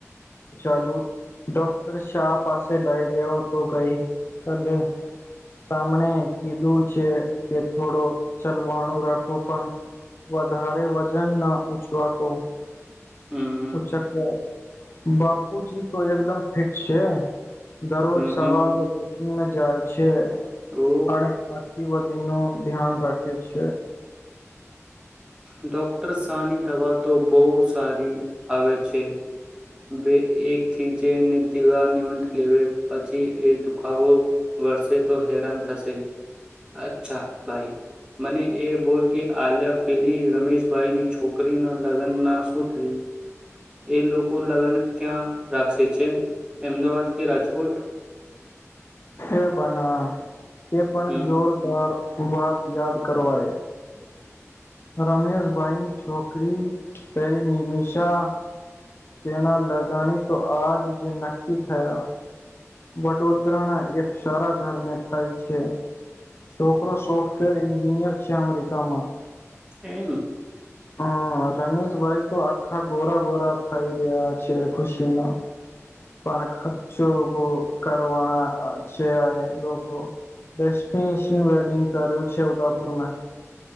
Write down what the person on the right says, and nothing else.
હમ હમ
હમ
હમ
ઓ
ડોક્ટર શાહની દવા તો બવ સારી આવે છે બે એક થી જેને દીવા નિવટ લે. પછી એ દુખાવો વરસે તો હેરાન થશે. અચ્છા ભાઈ મને એ બોલ કે આલ્યા પેલી રમેશભાઈની છોકરી ના લગ્ન ના શું થયું? એ લોકો લગન ક્યાં રાખશે છે, અમદાવાદ કે રાજકોટ?
હમ
એમ.